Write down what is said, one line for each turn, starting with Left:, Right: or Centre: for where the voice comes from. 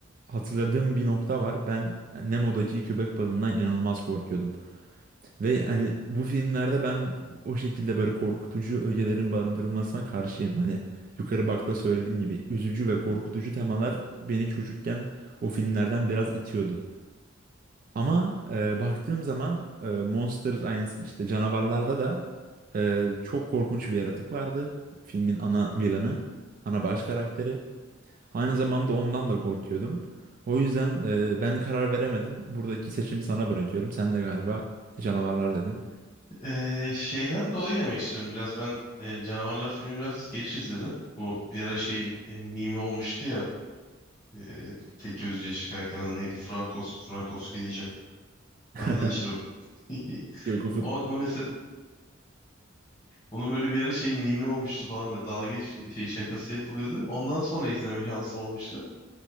Right: hatırladığım bir nokta var. Ben Nemo'daki köpek balığından inanılmaz korkuyordum. Ve hani bu filmlerde ben o şekilde böyle korkutucu ögelerin barındırılmasına karşıyım. Hani yukarı bakta söylediğim gibi üzücü ve korkutucu temalar beni çocukken o filmlerden biraz itiyordu. Ama e, baktığım zaman e, Monster aynı işte canavarlarda da e, çok korkunç bir yaratık vardı. Filmin ana villainı, ana baş karakteri. Aynı zamanda ondan da korkuyordum. O yüzden e, ben karar veremedim. Buradaki seçimi sana bırakıyorum. Sen de galiba canavarlar dedin.
Left: Ee, şeyden dolayı demek istiyorum biraz ben e, canavarlar filmi biraz geç izledim. Bu bir ara şey e, mimi olmuştu ya. E, tek gözlü yeşil karakterin adı neydi? Frankos, Frankos diyeceğim.
Right: <laughs>
Left: Anladın işte o. <laughs>
Right: Yok o futbol.
Left: O, o mesela Onun böyle bir ara şey mimi olmuştu falan böyle dalga geç- şey şakası yapılıyordu. Ondan sonra izleme şansım olmuştu.